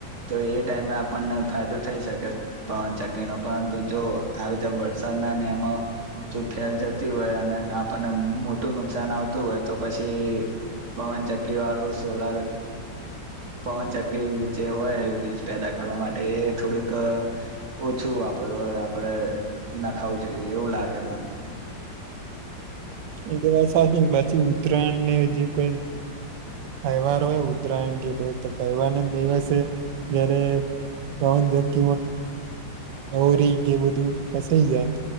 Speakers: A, on the right; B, on the right.
A: તો એ ટાઈમે આપણને ફાયદો થઈ શકે પવનચક્કીનો પરંતુ જો આવી રીતે વરસાદ ના નિયમો જો ફેલ જતી હોય અને આપણને મોટું નુકસાન આવતું હોય તો પછી પવનચકી વાળું સોલાર પવનચકી જે હોય વીજ પેદા કરવા માટે એ થોડુંક ઓછું વાપરવું હોય આપડે નખાવું જોઈએ એવું લાગે મન
B: એ તો વાત સાચી ને બાછી ઉત્તરાયણ ને જે કોઈ તહેવાર હોય ઉત્તરાયણ કે ભ તહેવાર ના દિવસે જયારે પવન જગ ક ગરી કે બધું ફસાઈ જાય